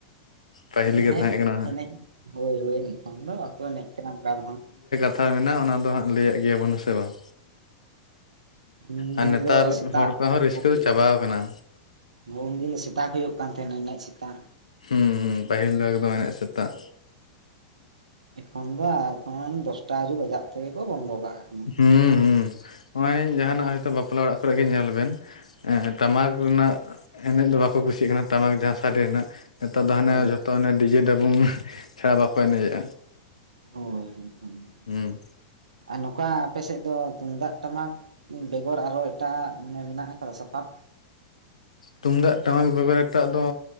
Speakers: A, on the left (about 80°); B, on the right (about 75°).
A: ᱯᱟᱹᱦᱤᱞ
B: ᱦᱩᱸ
A: ᱜᱮ
B: ᱮᱦᱮᱸ
A: ᱛᱟᱦᱮᱸ ᱠᱟᱱᱟ
B: ᱮᱱᱮᱡ, ᱦᱳᱭ ᱦᱳᱭ ᱱᱤᱛᱚᱝ ᱫᱚ ᱵᱟᱠᱚ ᱮᱱᱮᱡ ᱠᱟᱱᱟ ᱚᱠᱟ ᱨᱮᱦᱚᱸ᱾
A: ᱠᱟ ᱢᱮᱱᱟᱜᱼᱟ ᱚᱱᱟ ᱫᱚ ᱦᱟᱸᱜ ᱞᱟᱹᱭᱟᱜ ᱜᱮᱭᱟ ᱵᱚᱱ ᱥᱮ ᱵᱟᱝ?
B: ᱩᱱ
A: ᱟᱨ
B: ᱫᱤᱱ
A: ᱱᱮᱛᱟᱨ
B: ᱫᱚ ᱥᱮᱛᱟᱜ
A: ᱦᱚᱲ ᱠᱚᱣᱟᱜ ᱦᱚᱸ ᱨᱟᱹᱥᱠᱟᱹ
B: <unintelligible>
A: ᱫᱚ ᱪᱟᱵᱟᱣ ᱠᱟᱱᱟ
B: ᱩᱱ ᱫᱤᱱ ᱫᱚ ᱥᱮᱛᱟ ᱦᱩᱭᱩᱜ ᱠᱟᱱ ᱛᱟᱦᱮᱱᱟ ᱮᱱᱮᱡ ᱥᱮᱛᱟ᱾
A: ᱦᱩᱸ ᱦᱩᱸ, ᱯᱟᱹᱦᱤᱞ ᱫᱚ ᱮᱠᱫᱚᱢ ᱮᱱᱮᱡ ᱥᱮᱛᱟᱜ᱾
B: ᱮᱠᱷᱚᱱ ᱫᱚ ᱟᱨ ᱠᱷᱚᱢ ᱫᱚᱥᱴᱟᱜ ᱟᱹᱨᱤ ᱵᱟᱡᱟᱜ ᱛᱮᱜᱮ ᱠᱚ ᱵᱚᱱᱫᱚ ᱠᱟᱜ ᱠᱟᱱᱟ᱾
A: ᱦᱩᱸ ᱦᱩᱸ ᱱᱚᱜᱼᱚᱸᱭ ᱡᱟᱦᱟᱱᱟᱜ ᱦᱳᱭ ᱛᱚ ᱵᱟᱯᱞᱟ ᱚᱲᱟᱜ ᱠᱚᱨᱮ ᱜᱮ ᱧᱮᱞ ᱵᱮᱱ ᱴᱟᱢᱟᱠ ᱨᱮᱱᱟᱜ ᱮᱱᱮᱡ ᱫᱚ ᱵᱟᱠᱚ ᱠᱩᱥᱤᱜ ᱠᱟᱱᱟ ᱴᱟᱢᱟᱠ ᱡᱟᱦᱟᱸ ᱥᱟᱰᱮ ᱨᱮᱱᱟᱜ ᱱᱮᱛᱟᱨ ᱫᱚ ᱦᱟᱱᱮ
B: ᱦᱳᱭ
A: ᱡᱷᱚᱛᱚ ᱦᱟᱱᱮ ᱰᱤ ᱡᱮ ᱰᱟᱹᱵᱩᱝ ᱪᱷᱟᱲᱟ ᱵᱟᱠᱚ ᱮᱱᱮᱡ ᱮᱫᱼᱟ᱾
B: ᱦᱳᱭ ᱦᱳᱭ
A: ᱦᱩᱸ
B: ᱟᱨ ᱱᱚᱝᱠᱟ ᱟᱯᱮ ᱥᱮᱫ ᱫᱚ ᱛᱩᱢᱫᱟᱜ, ᱴᱟᱢᱟᱠ ᱵᱮᱜᱚᱨ ᱟᱨᱦᱚ ᱮᱴᱟᱜᱼᱟᱜ ᱢᱟᱱᱮ ᱢᱮᱱᱟᱜ ᱟᱠᱟᱫᱟ ᱥᱟᱯᱟᱵᱽ?
A: ᱛᱩᱢᱫᱟᱜ, ᱴᱟᱢᱟᱠ ᱵᱮᱜᱚᱨ ᱮᱴᱟᱜ ᱫᱚ